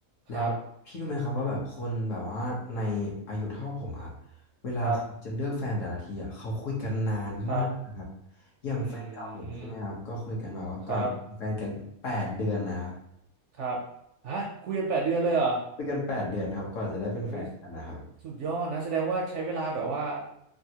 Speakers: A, on the left (about 60°); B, on the right (about 65°).
A: แล้วพี่รู้ไหมครับว่าแบบคนแบบว่าในอายุเท่าผมอะครับ
B: ครับ
A: เวลาเขาจะเลือกแฟนแต่ละทีอะเขาคุยกันนานมากนะครับ
B: ครับ ครับ
A: อย่างแฟนเก่าผมใช่ไหมครับก็คุยกันแบบว่าก่อนจะเป็นแฟนกันแปดเดือนนะครับ
B: อืม ครับ ครับฮะคุยกันแปดเดือนเลยเหรอ
A: คุยกันแปดเดือนครับก่อนจะได้เป็นแฟนกันนะครับ
B: เอ้ยสุดยอดนะ แสดงว่าใช้เวลาแบบว่า